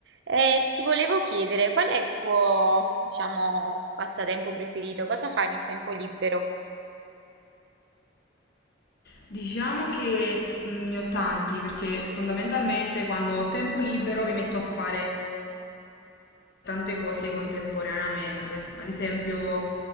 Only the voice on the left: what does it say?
Diciamo che mh, ne ho tanti perché fondamentalmente quando ho tempo libero mi metto a fare tante cose contemporaneamente. Ad esempio,